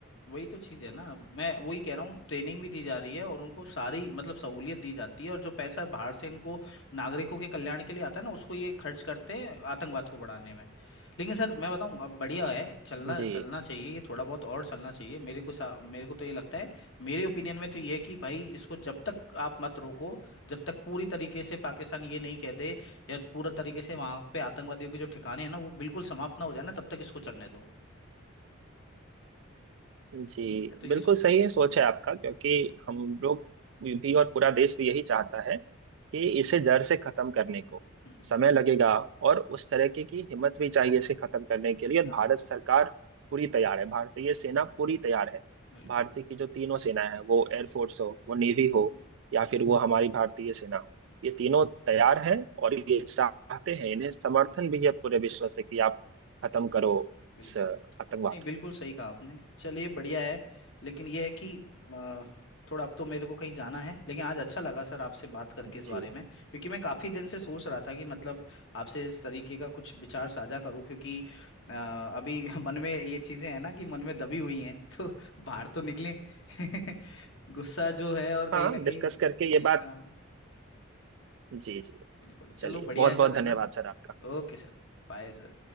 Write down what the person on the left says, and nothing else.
वही तो चीज है ना मैं वही कह रहा हूँ ट्रेनिंग भी दी जा रही है और उनको सारी मतलब सहूलियत दी जाती है और जो पैसा बाहर से इनको नागरिकों के कल्याण के लिए आता है ना उसको ये खर्च करते हैं आतंकवाद को बढ़ाने में लेकिन सर मैं बताऊं अब बढ़िया है चलना
चलना चाहिए ये थोड़ा बहुत और चलना चाहिए मेरे को सा, मेरे को तो ये लगता है मेरे ओपिनियन में तो ये है कि भाई इसको जब तक आप मत रोको जब तक पूरी तरीके से पाकिस्तान ये नहीं कह दे या पूरा तरीके से वहां पे आतंकवादियों के जो ठिकाने हैं ना वो बिल्कुल समाप्त ना हो जाए ना तब तक इसको चलने दो
मैं तो ये
सोच
रहा हूँ
हम्म,
हम्म,
हाँ
बिल्कुल
बिल्कुल
बिल्कुल
नहीं बिल्कुल सही कहा आपने चलिए बढ़िया है लेकिन यह है कि अ, थोड़ा अब तो मेरे को कहीं जाना है लेकिन आज अच्छा लगा सर आपसे बात करके
इस बारे
में क्योंकि मैं काफ़ी दिन से सोच रहा था कि मतलब
आपसे इस तरीके का कुछ विचार साझा करूं क्योंकि अ, अभी <laughs> मन में ये चीज़ें हैं ना कि मन में दबी हुई हैं तो <laughs> बाहर तो निकलें <laughs> गुस्सा जो है और कहीं
ना
कहीं
जो चीज़ें
हाँ
बिल्कुल चलो
बढ़िया
है सर
है
ना
Okay sir Bye sir